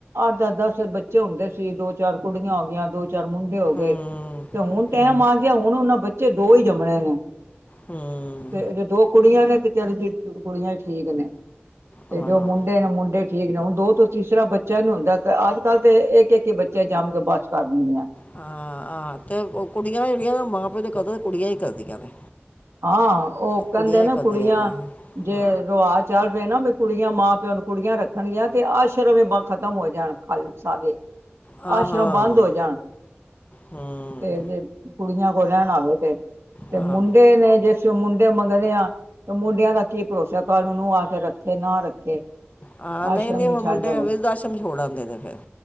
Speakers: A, on the right; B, on the left.
A: ਅੱਠ ਦਸ ਦਸ ਬੱਚੇ ਹੁੰਦੇ ਸੀ ਦੋ ਚਾਰ ਕੁੜੀਆਂ ਹੋ ਗਈਆਂ ਦੋ ਚਾਰ ਮੁੰਡੇ ਹੋ
B: ਹਮ,
A: ਗਏ ਤੇ ਹੁਣ
B: ਹਮ,
A: ਟੈਮ ਆ ਗਿਆ ਹੁਣ ਓਨਾਂ ਬੱਚੇ ਦੋ ਈ ਜੰਮਣੇ ਨੇ
B: ਹਮ,
A: ਤੇ ਜੇ ਦੋ ਕੁੜੀਆਂ ਨੇ ਤੇ ਚੱਲ ਜੀ ਕੁੜੀਆਂ ਈ ਠੀਕ ਨੇ ਤੇ
B: ਹਾਂ
A: ਜੋ
B: ਹਾਂ
A: ਮੁੰਡੇ ਨੇ ਮੁੰਡੇ ਠੀਕ ਨੇ ਹੁਣ ਦੋ ਤੋਂ ਤੀਸਰਾ ਬੱਚੇ ਨੀ ਹੁੰਦਾ ਤੇ ਅੱਜ ਕੱਲ੍ਹ ਤੇ ਇੱਕ-ਇੱਕ ਬੱਚੇ ਜੰਮ ਕੇ ਬੱਸ ਕਰ ਦਿੰਦੀਆਂ।
B: ਆਹ ਹਾਂ ਤੇ ਕੁੜੀਆਂ ਜੇੜੀਆਂ ਨਾ ਮਾਂ ਪਿਓ ਦੀ ਕਦਰ ਕੁੜੀਆਂ ਈ ਕਰਦੀਆਂ ਨੇ।
A: ਹਾਂ ਓ ਕੈਂਦੇ
B: ਕੁੜੀਆਂ ਹੀ
A: ਨੇ
B: ਕਰਦੀਆਂ
A: ਕੁੜੀਆਂ
B: ਨੇ ਹਾਂ
A: ਜੇ ਰਵਾਜ ਚੱਲ ਪਏ ਨਾ ਵੀ ਕੁੜੀਆਂ ਮਾਂ ਪਿਓ ਨੂੰ ਕੁੜੀਆਂ ਰੱਖਣਗੀਆਂ ਤੇ ਆਸ਼ਰਮ ਈ ਖ਼ਤਮ ਹੋ ਜਾਣ। ਖੱਲ ਸਾਰੇ
B: ਹਾਂ
A: ਆਸ਼ਰਮ
B: ਹਾਂ
A: ਬੰਦ ਹੋ ਜਾਣ।
B: ਹਮ,
A: ਤੇ ਜੇ ਕੁੜੀਆਂ ਕੋਲ ਰੈਂਣਾ ਹੋਵੇ ਤੇ-ਤੇ
B: ਹਾਂ
A: ਮੁੰਡ ਡੇ ਨੇ ਜੇ ਅਸੀਂ ਓ ਮੁੰਡੇ ਮੰਗਨੇ ਆਂ। ਤੇ ਮੁੰਡਿਆਂ ਦਾ ਕੀ ਭਰੋਸਾ ਕਲ ਨੂੰ ਨੂੰਹ ਆ ਕੇ ਰੱਖੇ ਨਾ ਰੱਖੇ।
B: ਹਾਂ ਨਈ-ਨਈ
A: ਆਸ਼ਰਮ ਹੀ ਛੱਡ
B: ਮੁੰਡੇ ਵਿਰਦਾਸ਼ਮ ਛੋੜ ਆਂਦੇ ਨੇ ਫੇਰ